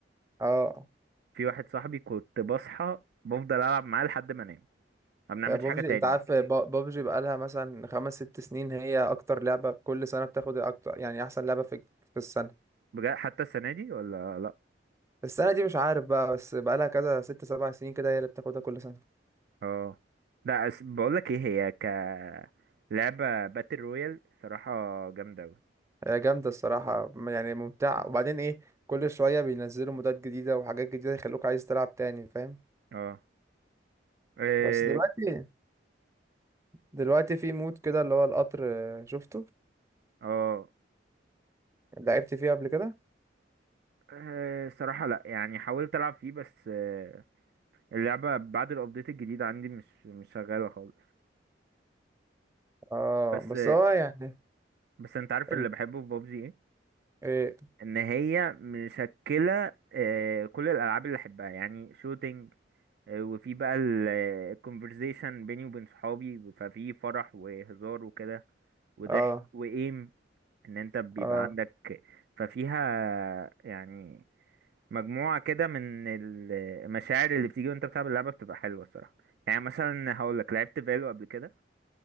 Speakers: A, on the right; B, on the right.
A: اه
B: في واحد صاحبي كنت بصحى بفضل العب معاه لحد ما انام ما بنعملش
A: يا بابجي
B: حاجه تاني
A: انت عارف با- بابجي بقالها مثلا خمس ست سنين هي اكتر لعبة كل سنة بتاخد اكتر يعني احسن لعبة في في السنة
B: بجد حتى السنه دي ولا لا
A: السنة دي مش عارف بقى بس بقالها كذا ست سبع سنين كده هي اللي بتاخدها كل سنة
B: اه لا أس... بقول لك ايه هي ك لعبه باتل رويال صراحه جامده قوي
A: هي جامدة الصراحة م- يعني ممتعة وبعدين ايه كل شوية بينزلوا مودات جديدة وحاجات جديدة يخلوك عايز تلعب تاني فاهم
B: اه إيه،
A: بس دلوقتي دلوقتي في مود كده اللي هو القطر آه، شفته
B: اه
A: لعبت فيه قبل كده
B: إيه، صراحه لا يعني حاولت العب فيه بس آه، اللعبه بعد الابديت الجديد عندي مش مش شغاله خالص
A: اه
B: بس
A: بس هو يعني
B: بس انت عارف اللي
A: إن-
B: بحبه في بابجي ايه
A: ايه
B: ان هي مشكله آه، كل الالعاب اللي احبها يعني شوتينج وفي بقى الكونفرزيشن بيني وبين صحابي ففي فرح وهزار وكده وضحك
A: اه
B: وايم ان انت بيبقى
A: اه
B: عندك ففيها يعني مجموعة كده من المشاعر اللي بتيجي وانت بتلعب اللعبة بتبقى حلوة الصراحة يعني مثلا هقول لك لعبت فالو قبل كده